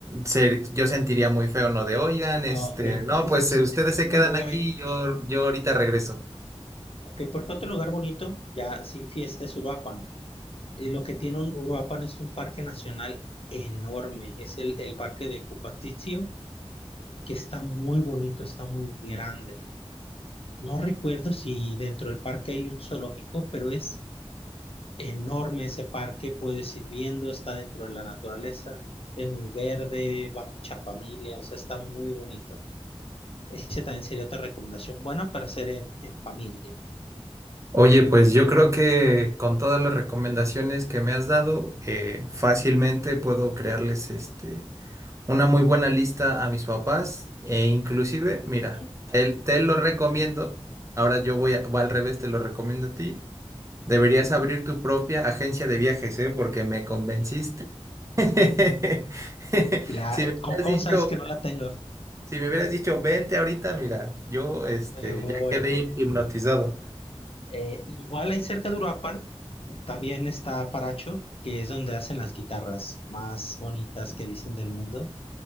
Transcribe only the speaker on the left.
Ah, Ok,
sí,
sí, sí.
Me voy.
Ok, porque otro lugar bonito, ya sin fiesta, es Uruapan. Y lo que tiene un Uruapan es un parque nacional enorme. Es el, el parque de Cupatizio, que está muy bonito, está muy grande. No recuerdo si dentro del parque hay un zoológico, pero es enorme ese parque. Puedes ir viendo, está dentro de la naturaleza, es muy verde, va mucha familia, o sea, está muy bonito. Ese también sería otra recomendación buena para hacer en, en familia.
Ujú.
Cla-
¿cómo,
cómo
sabes que no la tengo?
Me voy.
Eh, igual ahí cerca de Uruapan también está Paracho, que es donde hacen las guitarras más bonitas que dicen del mundo,